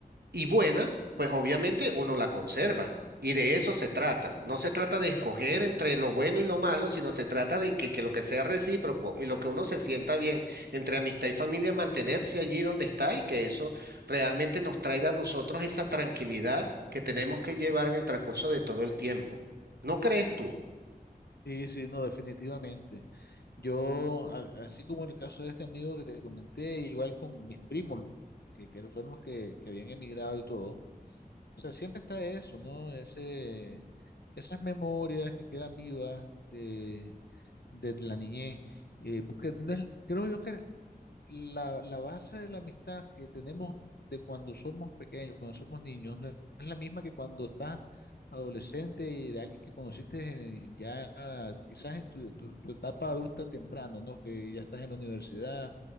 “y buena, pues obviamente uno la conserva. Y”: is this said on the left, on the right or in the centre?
Right